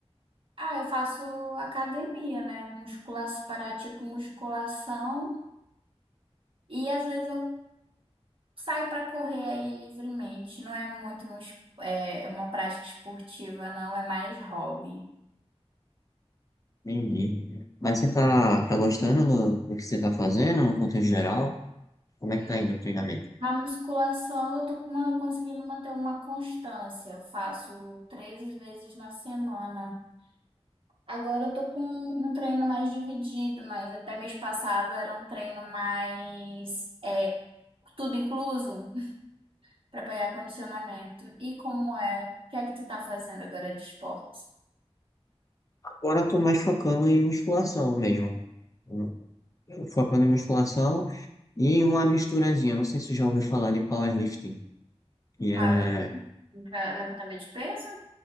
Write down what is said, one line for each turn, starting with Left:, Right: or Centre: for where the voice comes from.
Right: Ah, eu faço academia, né? Musculação, parati com musculação e às vezes eu saio pra correr aí livremente. Não é muito um es- é uma prática esportiva, não, é mais hobby.
Left: Entendi. Mas você tá, tá gostando do, do que você tá fazendo no contexto geral? Como
Right: Hum,
Left: é que tá indo o treinamento?
Right: Na musculação eu tô com uma- conseguindo manter uma constância. Eu faço três vezes na semana. Agora eu tô com um treino mais dividido, mas até mês passado era um treino mais é, Tudo incluso? Pra pegar condicionamento. E como é? O que é que tu tá fazendo agora de esportes
Left: Agora eu tô mais focando em musculação mesmo. Eu- Focando em musculação e uma misturazinha. Não sei se você já ouviu falar de powerlifting. que é
Right: Power. Pra levantamento de peso?